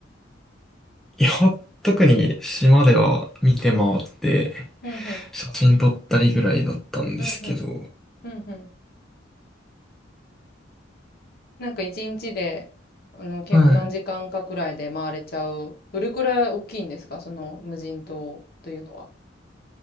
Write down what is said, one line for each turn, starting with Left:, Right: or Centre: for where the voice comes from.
Centre: いや、特に島では見て回って、
Left: うん、うん、
Centre: 写真撮ったりぐらいだったんですけど。
Left: うん、うん、うん、うん。なんか一日で、あの、結構何時間かくらいで回れちゃう。
Centre: は
Left: どれくらい大きいんですかその無人島というのは。